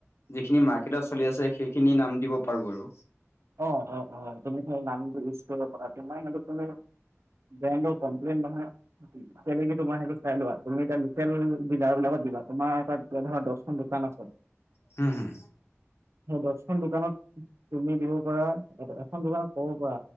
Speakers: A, on the left (about 60°); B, on the right (about 65°).
A: যিখিনি মাৰ্ত চলি আছে, সেইখিনি নাম দিব পাৰো আৰু।
B: অ', অ', অ', তুমি সেই নাম লিষ্ট কৰিব পাৰা সেইটো তুমি। যে, কমপ্লেইন নহয় তেলেকে তোমাৰ সেইটো চাই লোৱা তুমি এতিয়া লোকেল ডিলাৰ বিলাকত দিবা তোমাৰ তাত ধৰ দহ ম দোকান আছে।
A: হম, হম।
B: সেই দহখন দোকানত তুমি দিব পাৰা এ, এখন দোকানত। ক, পৰা